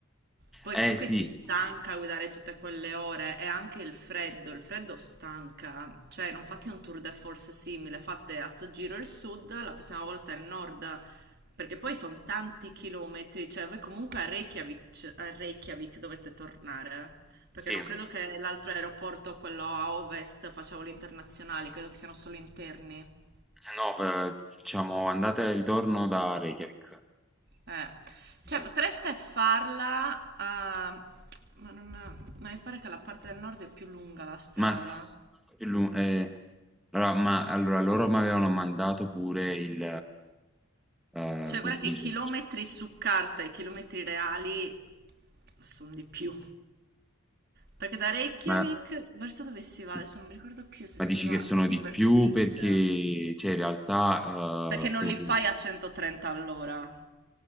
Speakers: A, on the right; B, in the centre.
A: Poi
B: Eh
A: comunque
B: sì,
A: ti stanca guidare tutte quelle ore e anche il freddo, il freddo stanca. Cioè, non fate un tour de force simile, fate a sto giro il sud, la prossima volta il nord, perché poi sono tanti chilometri, cioè voi comunque a Reykjavik, a Reykjavik dovete tornare. Perché
B: sì,
A: non credo che l'altro aeroporto, quello a ovest, faccia voli internazionali, credo che siano solo interni.
B: no, fa- diciamo andata e ritorno da Reykjavik.
A: Eh, cioè
B: Eh,
A: potreste farla, eh, ma non, ma mi pare che la parte del nord è più lunga la strada.
B: Ma, s- più lu- eh, allora, ma allora loro mi avevano mandato pure il, eh,
A: Cioè,
B: come
A: guarda
B: si
A: che
B: dice?
A: chilometri su carta e chilometri reali sono di più. Perché da Reykjavik
B: Ma,
A: verso dove si
B: sì.
A: va? Adesso non mi ricordo più se
B: Ma
A: si
B: dici
A: va.
B: che sono
A: Sì,
B: di
A: verso
B: più
A: Vik.
B: perché cioè in realtà,
A: Perché
B: ehm,
A: non
B: quello
A: li
B: che
A: fai a 130 all'ora.